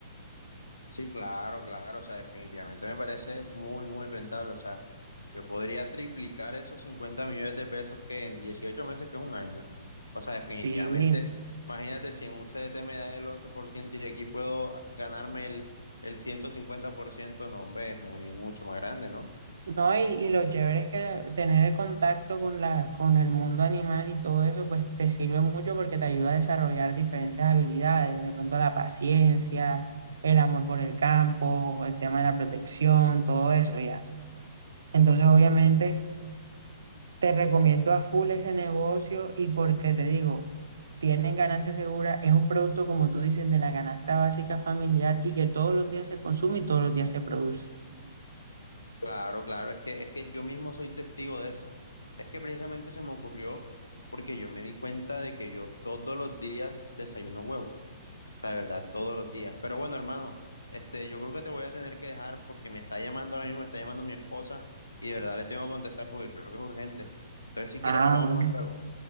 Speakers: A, on the left (about 85°); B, on the right (about 65°).
A: Sí, claro, claro, o sea, definitivamente me parece muy, muy rentable, o sea, yo podría triplicar esos 50 millones de pesos que en 18 meses, que es un año, o sea, definitivamente,
B: Sí.
A: imagínate si en un CDT me dan el 11% y aquí puedo ganarme el, el 150%, no, hombre, es muy, mucho más grande, ¿no?
B: No, y, y lo chévere es que tener el contacto con la, con el mundo animal y todo eso, pues te sirve mucho porque te ayuda a desarrollar diferentes habilidades, de pronto la paciencia, el amor por el campo, el tema de la protección, todo eso ya. Entonces, obviamente, te recomiendo a full ese negocio y porque te digo, tienen ganancia segura, es un producto, como tú dices, de la canasta básica familiar y que todos los días se consume y todos los días se produce.
A: Claro, claro, es que, es que yo mismo soy testigo de eso, es que precisamente se me ocurrió porque yo me di cuenta de que yo todos los días desayuno huevo. sea, de verdad, todos los días. Pero bueno, hermano, este, yo creo que te voy a tener que dejar porque me está llamando ahora mismo, me está llamando mi esposa y de verdad le tengo que contestar porque creo que es urgente. Entonces, si quieres,
B: Ah,
A: hablamos
B: bueno.
A: más luego.